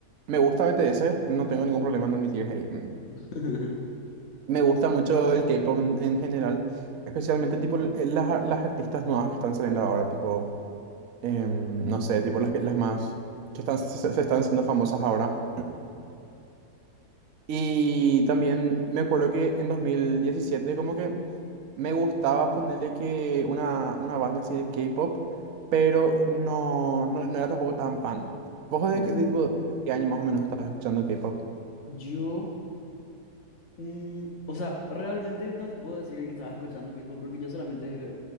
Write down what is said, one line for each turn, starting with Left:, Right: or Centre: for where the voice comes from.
Right: Me gusta BTS, no tengo ningún problema en admitir, hey,
Left: <laughs>
Right: Me gusta mucho el K-pop en, en general, especialmente tipo l- las, las artistas nuevas que están saliendo ahora, tipo, em, no sé, tipo las, que- las más que están, se, se están siendo famosas ahora. Y también me acuerdo que en 2017 como que me gustaba ponerle que una, una banda así de K-pop, pero no, no, no era tampoco tan fan. ¿Vos
Left: Mm.
Right: de, qué- de tipo, qué año más o menos estabas escuchando K-pop?
Left: Yo Mm, o sea, realmente no te puedo decir que estaba escuchando K-pop porque yo solamente